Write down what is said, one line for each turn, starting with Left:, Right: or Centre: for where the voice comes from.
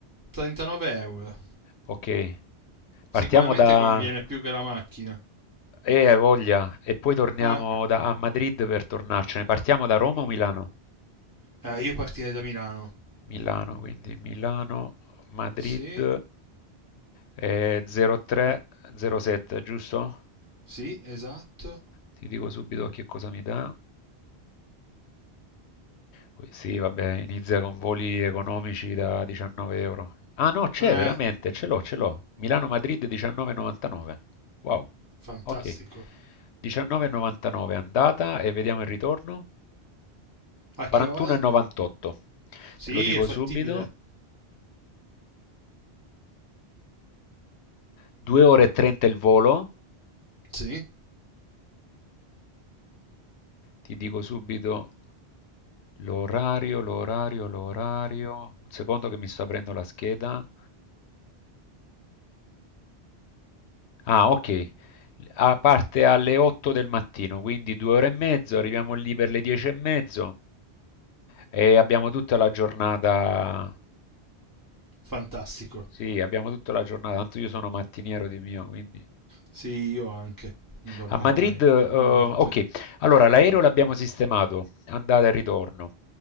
Right: 39 euro.
Left: Ok.
Right: Sicuramente
Left: Partiamo da...
Right: conviene più che la macchina.
Left: E hai voglia, e poi torniamo
Right: Ah,
Left: da... a Madrid per tornarcene. Partiamo da Roma o Milano?
Right: eh, io partirei da Milano.
Left: Milano, quindi Milano, Madrid,
Right: Sì,
Left: eh, 03,
Right: eh,
Left: 07, giusto?
Right: sì, esatto.
Left: Ti dico subito che cosa mi dà. Poi Sì, vabbè, inizia con voli economici da 19 euro. Ah no, c'è
Right: Eh,
Left: veramente, ce l'ho, ce l'ho. Milano-Madrid 19,99. Wow,
Right: fantastico.
Left: ok. 19,99 andata e vediamo il ritorno.
Right: A che
Left: 41,98.
Right: ora? Sì,
Left: Te lo dico
Right: è fattibile.
Left: subito. 2 ore e 30 il volo,
Right: Sì,
Left: Ti dico subito l'orario, l'orario, l'orario. Un secondo che mi sto aprendo la scheda. Ah, ok. Ah, parte alle 8 del mattino, quindi due ore e mezzo, arriviamo lì per le 10 e mezzo e abbiamo tutta la giornata.
Right: fantastico.
Left: Sì, abbiamo tutta la giornata. Tanto io sono mattiniero di mio, quindi.
Right: Sì, io anche. Non dormo
Left: A Madrid,
Right: mai,
Left: eh,
Right: non
Left: ok,
Right: dormo niente.
Left: allora l'aereo l'abbiamo sistemato, andata e ritorno.